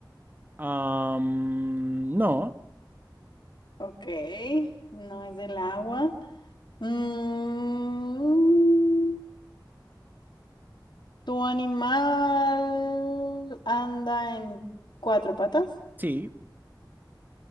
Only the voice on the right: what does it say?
am, no,
sí.